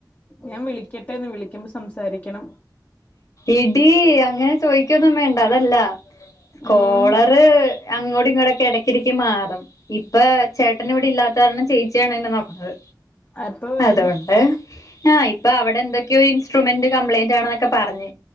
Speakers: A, on the left (about 25°); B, on the left (about 45°).
A: ഞാൻ വിളിക്കട്ടെന്ന് വിളിക്കുമ്പോ സംസാരിക്കണം
B: എടി അങ്ങനെ ചോയിക്കൊന്നും വേണ്ട അതല്ല സ്കോളർ
A: ഉം
B: അങ്ങോട്ടും ഇങ്ങോട്ട കിടക്കിടക്ക് മാറും ഇപ്പ ചേട്ടന് ഇവിടെ ഇല്ലാത്താരണം ചേച്ചിയാണ് എന്നെ നോക്കണത്
A: അപ്പൊ വരും
B: അതൊണ്ട് ആഹ്ഹ ഇപ്പൊ അവിടെ എന്തൊക്കെയ ഒരു <unintelligible> കംപ്ലയിന്റ് ആ ക്കെ പറഞ്